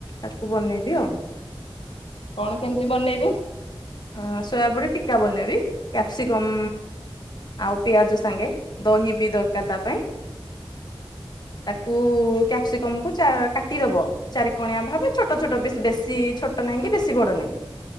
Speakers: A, on the left; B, on the left.
A: ତାକୁ ବନେଇବି ଆଉ।
B: କଣ କେମିତି ବନେଇବୁ।
A: ଅ ସୋୟାବୁଟେ ଟୀକା ବନେଇବି କ୍ୟାପ୍ସିକମ୍ ଆଉ ପିଆଜ ସାଙ୍ଗେ ଦହି ବି ଦରକାର ତା ପାଇଁ। ତାକୁ କ୍ୟାପ୍ସିକମ କୁ କାଟିଦବ। ଚାରି କଣିଆ ଭାବେ ଛଟ ଛୋଟ ବେଶ ବେଶୀ ଛୋଟ ନାହିଁ କି ବେଶୀ ବଡ଼ ନାହିଁ।